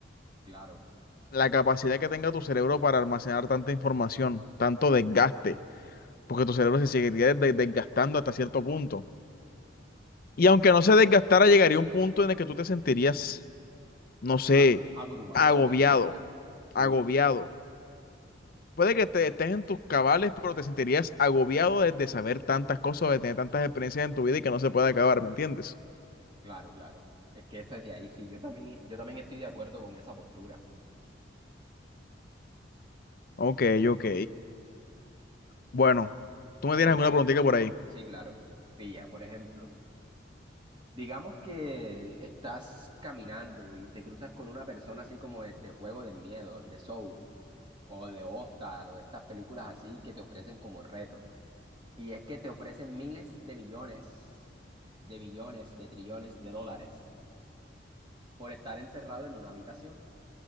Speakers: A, on the right; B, on the left.
A: Claro,
B: La capacidad que tenga tu cerebro para almacenar tanta información, tanto desgaste, porque tu cerebro se seguiría de- desgastando hasta cierto punto. Y aunque no se desgastara, llegaría un punto en el que tú te sentirías, no sé,
A: ah, abrumados
B: agobiado
A: de la vida ya. Sí,
B: agobiado. Puede que te- estés en tus cabales, pero te sentirías agobiado de, de saber tantas cosas, de tener tantas experiencias en tu vida y que no se puede acabar, ¿me entiendes?
A: claro, claro. Es que eso es de ahí, sí. Yo también, yo también estoy de acuerdo con esa postura.
B: Ok, ok. Bueno, ¿tú me tienes
A: Dime,
B: alguna preguntita por ahí?
A: sí, claro. Pilla, por ejemplo, digamos que estás caminando y te cruzas con una persona así como de, de juego de miedo, de Soul o de Hostal o estas películas así que te ofrecen como retos. Y es que te ofrecen miles de millones, de billones, de trillones de dólares por estar encerrado en una habitación